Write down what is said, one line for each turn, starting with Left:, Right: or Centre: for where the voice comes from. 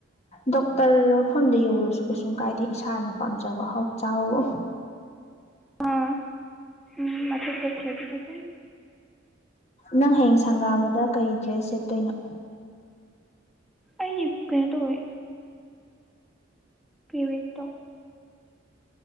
Left: ꯗꯣꯛꯇꯔ ꯃꯐꯝꯗ ꯌꯧꯔꯁꯨ ꯀꯩꯁꯨꯝ ꯀꯥꯏꯗꯦ ꯏꯁꯥꯅ ꯄꯥꯝꯖꯕ ꯑꯍꯥꯎꯕ ꯆꯥꯕꯕꯨ
Centre: ꯑꯥ ꯎꯝ ꯃꯊꯛꯇ ꯈꯦꯗꯤ ꯈꯣꯢꯊꯨꯝ
Left: ꯅꯪ ꯍꯌꯦꯡ ꯁꯪꯒꯥꯕꯗ ꯀꯩ ꯗ꯭ꯔꯦꯁ ꯁꯦꯠꯇꯣꯏꯅꯣ
Centre: ꯑꯩ ꯀꯩꯅꯣ ꯊꯧꯋꯦ ꯄꯤꯔꯤꯠ ꯇꯣ